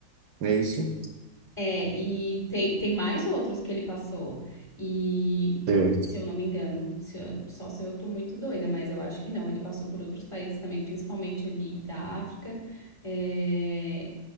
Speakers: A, on the right; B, on the left.
A: Não é isso?
B: É, e tem, tem mais outros que ele passou. E,
A: Certo.
B: se eu não me engano, se eu- só se eu tô muito doida, mas eu acho que não. Ele passou por outros países também, principalmente ali da África. É,